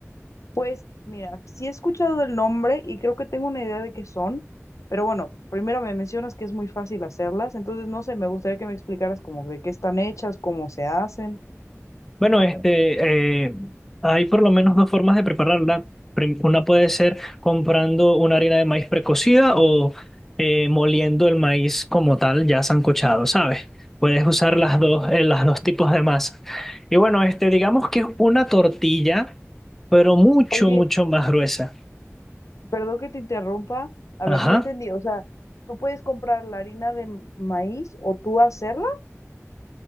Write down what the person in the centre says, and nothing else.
Bueno, este, eh, hay por lo menos dos formas de prepararla. Prim- Una puede ser comprando una harina de maíz precocida o eh, moliendo el maíz como tal, ya sancochado, ¿sabes? Puedes usar las dos, eh, las dos tipos de masa. Y bueno, este, digamos que es una tortilla, pero mucho,
mucho más gruesa.
Ajá.